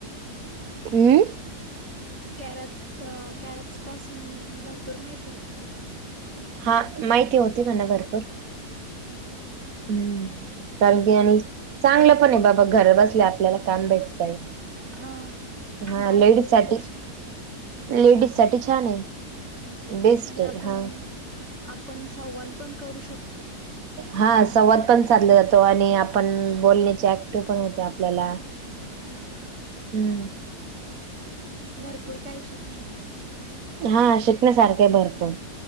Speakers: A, on the right; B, on the right.
A: अम्म?
B: कॅरप्स अ कॅरप्स पासून भरपूर माहिती होती.
A: हा माहिती होती म्हणा भरपूर.
B: हम्म.
A: हम्म कारण की आणि चांगलं पण आहे बाबा घर बसल्या आपल्याला कामं भेटतंय.
B: हा
A: हा
B: बाहेर
A: लेडीजसाठी.
B: गेल्यापेक्षा
A: लेडीजसाठी छान आहे
B: हम्म,
A: बेस्ट
B: आणि आपण
A: आहे हा.
B: आपण संवाद पण करू शकतो.
A: हा संवाद पण साधला जातो आणि आपण बोलण्याचे ऍक्टिव पण होते आपल्याला.
B: हा. हा
A: हम्म.
B: भरपूर काही शिकू शकतो.
A: हा शिकण्यासारखे भरपूर.